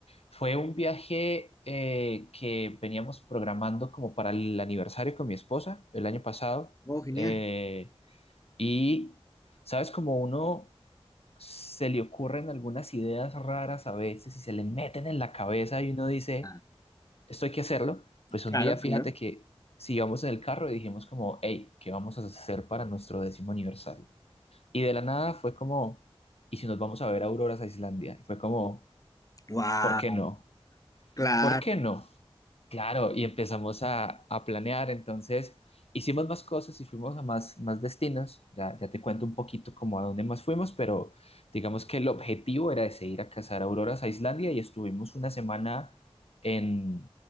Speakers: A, on the left (about 75°); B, on the left (about 35°).
A: fue un viaje eh, que veníamos programando como para el aniversario con mi esposa el año pasado.
B: Oh, genial.
A: Eh, y, ¿sabes? Como uno... se le ocurren algunas ideas raras a veces y se le meten en la cabeza y uno dice,
B: Ah,
A: esto hay que hacerlo, pues
B: Claro,
A: un día fíjate
B: claro.
A: que si íbamos en el carro y dijimos como, hey, ¿qué vamos a hacer para nuestro décimo aniversario? Y de la nada fue como, ¿y si nos vamos a ver auroras a Islandia? Y fue como,
B: Wow,
A: ¿por qué no?
B: claro,
A: ¿Por qué no? Claro, y empezamos a, a planear, entonces hicimos más cosas y fuimos a más, más destinos, ya, ya te cuento un poquito como a dónde más fuimos, pero digamos que el objetivo era ese, ir a cazar auroras a Islandia y estuvimos una semana en,